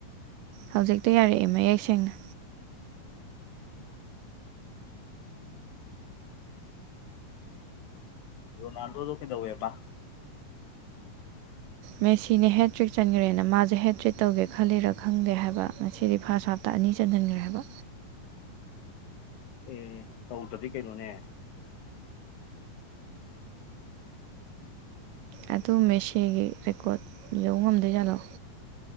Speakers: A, on the right; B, on the left.
A: ꯍꯧꯖꯤꯛꯇ ꯌꯥꯔꯛꯑꯦ ꯃꯌꯦꯛ ꯁꯦꯡꯅ
B: ꯔꯣꯅꯥꯜꯗꯣꯗ ꯀꯗꯧꯕꯇꯥ
A: ꯃꯦꯁꯤꯅꯦ ꯍꯦꯠ ꯇ꯭ꯔꯤꯛ ꯆꯟꯈ꯭ꯔꯦꯅ ꯃꯥꯁꯦ ꯍꯦꯠ ꯇ꯭ꯔꯤꯠ ꯇꯧꯒꯦ ꯈꯜꯂꯤꯔꯥ ꯈꯪꯗꯦ ꯍꯥꯏꯕ ꯉꯁꯤꯗꯤ ꯐꯥꯔꯁ ꯍꯥꯞꯇ ꯑꯅꯤ ꯆꯟꯍꯟꯈ꯭ꯔꯦ ꯍꯥꯏꯕ
B: ꯑꯦ ꯇꯧꯗ꯭ꯔꯗꯤ ꯀꯩꯅꯣꯅꯦ
A: ꯑꯗꯨ ꯃꯦꯁꯤꯒꯤ ꯔꯦꯀꯣꯔꯠ ꯌꯧꯕ ꯉꯝꯗꯣꯏ ꯌꯥꯠꯂꯣ